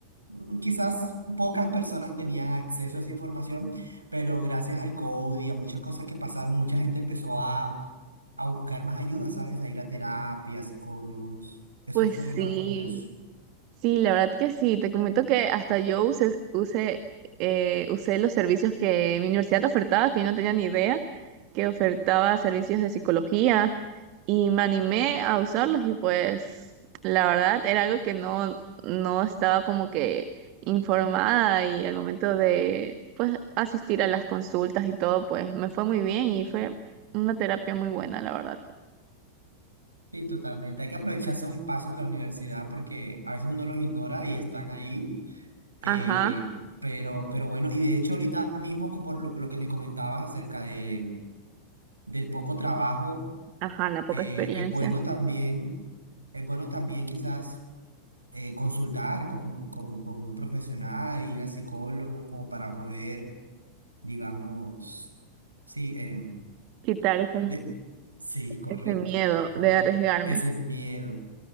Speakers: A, on the right; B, on the right.
A: mm, quizás pocas personas tenían acceso a esa información, pero gracias al COVID y a muchas cosas que pasaron, mucha gente empezó a, a buscar más ayuda, ¿sabes? A ir a terapia, a psicólogos. Eso
B: Pues
A: fue
B: sí,
A: algo curioso.
B: sí, la verdad que sí. Te comento que hasta yo usé, usé, eh, usé los servicios que mi universidad ofertaba, que yo no tenía ni idea, que ofertaba servicios de psicología y me animé a usarlos y pues la verdad era algo que no, no estaba como que informada y al momento de pues asistir a las consultas y todo, pues me fue muy bien y fue una terapia muy buena, la verdad.
A: Sí, totalmente. Hay que aprovechar esos espacios de la universidad porque a veces uno los ignora y están ahí. Eh,
B: Ajá,
A: pero, pero bueno, y de hecho ahorita mismo, co- por lo, lo que me comentabas acerca de, del poco trabajo,
B: ajá, la poca
A: eh,
B: experiencia.
A: es bueno también, es bueno también quizás eh, consultar con, con, con un profesional, ir a psicólogo, como para poder, digamos, sí, em,
B: Quitar esos
A: de- sí, correcto,
B: Ese miedo
A: como
B: de arriesgarme.
A: ese miedo.